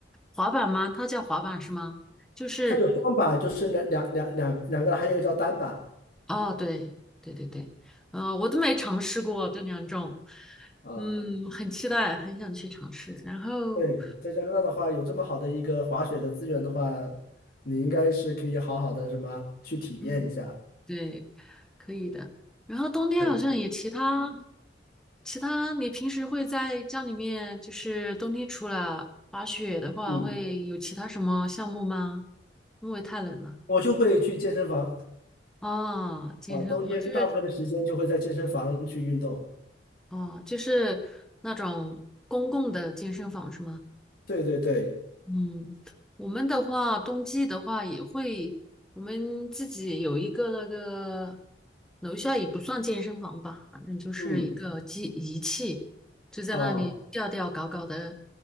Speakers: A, in the centre; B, on the left.
A: 滑板吗？它叫滑板是吗？就是，
B: 它有双板，就是两两两两两个还有一个叫单板。
A: 哦，对，对对对，嗯，我都没尝试过这两种，
B: 啊，
A: 嗯，很期待，很想去尝试。然后，
B: 对，在加拿大的话，有这么好的一个滑雪的资源的话，你应该是可以好好的什么去体验一下。
A: 嗯，对，可以的。然后冬天好像也其他
B: 对，
A: 其他，你平时会在家里面，就是冬天除了滑雪的话，
B: 嗯，
A: 会有其他什么项目吗？因为太冷了。
B: 我就会去健身房
A: 哦，健身房就是
B: 啊，冬天大部分的时间就会在健身房去运动。
A: 哦，就是那种公共的健身房是吗？
B: 对对对，
A: 嗯，我们的话，冬季的话也会，我们自己有一个那个楼下也不算健身房吧，反正就是一个机仪器，
B: 嗯，
A: 就在那里吊吊搞搞的。
B: 啊，